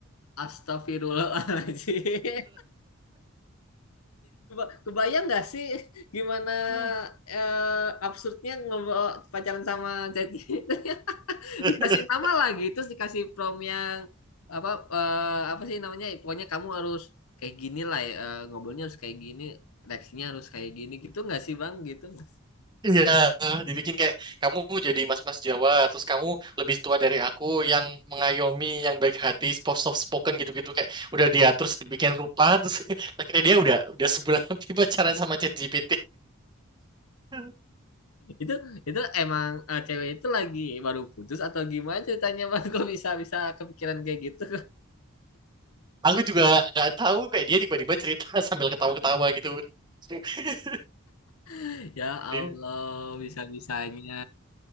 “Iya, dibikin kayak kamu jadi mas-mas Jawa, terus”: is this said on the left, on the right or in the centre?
Right